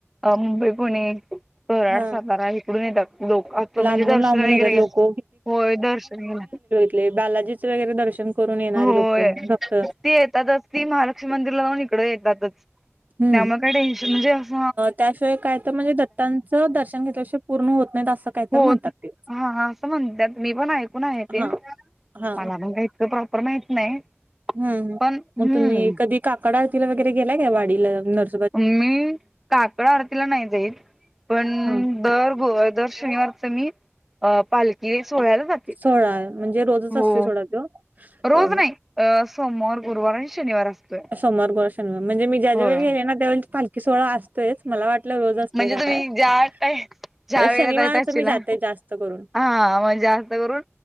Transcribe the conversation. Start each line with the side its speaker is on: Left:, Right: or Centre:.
Centre: मुंबई पुणे कराड
Right: हा
Centre: सातारा इकडून येतात लोक आता
Right: लांबून
Centre: म्हणजे दर्शन
Right: लांबून
Centre: वगैरे
Right: येतात लोक
Centre: होय दर्शन घ्यायला.
Right: बालाजीं वगैरे दर्शन करून येणारे
Centre: होय
Right: लोक भक्त
Centre: ती येतातच ती महालक्ष्मी मंदिरला जाऊन इकडे येतातच.
Right: हम्म
Centre: त्यामुळे काय टेनशन म्हणजे अस
Right: त्याशिवाय काय तर दत्तांचं दर्शन घेतल्याशिय पुर्ण होत नाहीत असं. काय
Centre: हो
Right: तर म्हणतात ते.
Centre: हा असं म्हणतात मी पण ऐकून आहे.
Right: हा
Centre: ते मला
Right: हा
Centre: पण काही त प्रॉपर माहित नाही.
Right: हम
Centre: पण हम्म
Right: मग तुम्ही कधी काकडा आरतीला वगैरे गेला का वाडीला नर
Centre: मी काकड आरतीला नाही जाईत पण
Right: हा
Centre: दर ग दर शनिवारच मी अ पालखी सोहळ्याला जाते.
Right: सोहळा आहे म्हणजे रोजच
Centre: हो
Right: असते सोहळा तो.
Centre: रोज
Right: अ
Centre: नाही अ सोमवार गुरुवार आणि शनिवार असतोय.
Right: सोमवार गुरुवार शनिवार म्हणजे मी ज्यावेळी
Centre: होय
Right: गेले ना त्यावेळी पालखी सोहळा अस तेच च मला वाटलं रोज असते
Centre: म्हणजे
Right: का
Centre: तुम्ही
Right: काय?
Centre: ज्या टाय ज्या वेळेला
Right: शनिवारच
Centre: जायत असशीला
Right: मी जाते जास्त करून.
Centre: हा मग जास्त करून